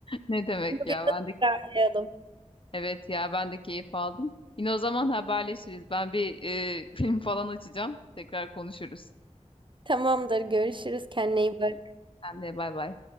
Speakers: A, on the left; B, on the right.
A: Ne demek
B: Bunu
A: ya?
B: bir
A: Ben
B: ara
A: de
B: tekrarlayalım.
A: evet ya ben de keyif aldım. Yine o zaman haberleşiriz. Ben bir e, film falan açacağım. Tekrar konuşuruz.
B: Tamamdır, görüşürüz. Kendine iyi bak.
A: Sen de bay bay.